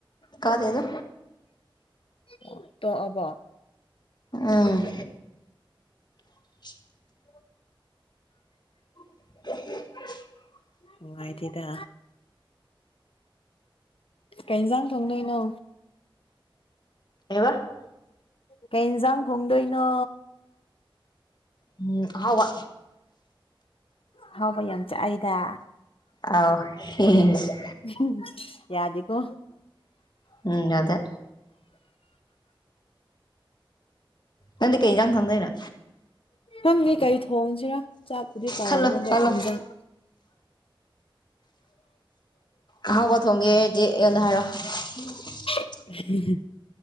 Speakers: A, on the left; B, on the left.
A: ꯀꯗꯦꯗ꯫
B: ꯑꯣ ꯇꯣꯛꯑꯕꯣ?
A: ꯎꯝ꯫ <inaudible> <unintelligible>
B: ꯅꯨꯡꯉꯥꯏꯇꯦꯗ ꯀꯩ ꯏꯟꯁꯥꯡ ꯊꯣꯡꯗꯣꯏꯅꯣ?
A: ꯀꯩꯕ?
B: ꯀꯩ ꯏꯟꯁꯥꯡ ꯊꯣꯡꯗꯣꯏꯅꯣ?
A: ꯎꯝ ꯑꯍꯥꯎꯕ꯫
B: ꯑꯍꯥꯎꯕ ꯌꯥꯝ ꯆꯥꯏꯗ꯫
A: ꯑꯥꯎ ꯍꯦꯍꯦꯏꯁ꯫
B: ꯎꯝꯍꯨꯝ ꯌꯥꯗꯦꯀꯣ꯫
A: ꯎꯝ ꯌꯥꯗꯦ꯫ ꯅꯪꯗꯤ ꯀꯩ ꯌꯦꯟꯖꯥꯡ ꯊꯣꯡꯗꯣꯏꯅꯣ
B: ꯈꯪꯗꯦ ꯀꯔꯤ ꯊꯣꯡꯁꯤꯔꯥ ꯆꯥꯛꯄꯨꯗꯤ ꯀꯥꯝꯃꯦ
A: ꯈꯜꯂꯣ
B: ꯑꯗꯣ
A: ꯈꯜꯂꯣ
B: ꯌꯦꯟꯖꯥꯡ
A: ꯑꯍꯥꯎꯕ ꯊꯣꯡꯒꯦꯗꯤ ꯑꯩꯉꯣꯟꯗ ꯍꯥꯏꯔꯛꯑꯣ <unintelligible>
B: <inaudible>